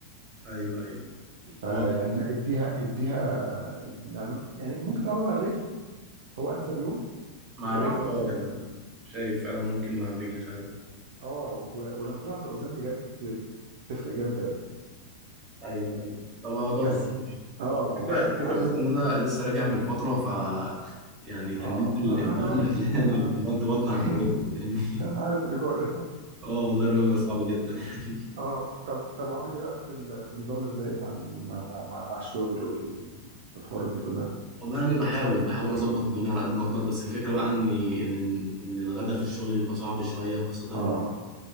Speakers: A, on the right (about 20°); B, on the right (about 50°).
A: ايوه ايوه
B: فيعني
A: هو
B: لا اديها اديها يعني يعني ممكن تلعبها مع الرجل هو انسب يوم
A: مع
B: والعب
A: الرجل
B: باوزان
A: اه يعني انا شايف فعلا ممكن مع الرجل فعلا
B: اه و- ولما تلعب باوزان بجد تفرق جامد قوي
A: ايوه ايوه طب هجرب
B: بس
A: ماشي
B: اه
A: هو الفكره
B: عارف
A: الفكره
B: عارف
A: بس ان انا لسه راجع من فتره ف يعني تمرين
B: اه
A: ال-
B: انا
A: البطن
B: انا عارف
A: <laughs> حاليا
B: انا
A: لو
B: عارف
A: اتمرنت بطن هتموتني
B: <laughs>
A: فاهمني
B: انا عارف الرجوع ده
A: اه والله الرجوع بيبقى صعب جدا <laughs>
B: اه طب طب وعامل ايه بقى في ال- في النظام الغذائي مع ال- مع مع, مع, مع الشغل وال- والحوارات دي كلها
A: والله يعني بحاول بحاول اظبط الدنيا على قد ما اقدر بس الفكره بقى ان ان ان الغدا في الشغل بيبقى صعب شويه خاصه ان
B: اه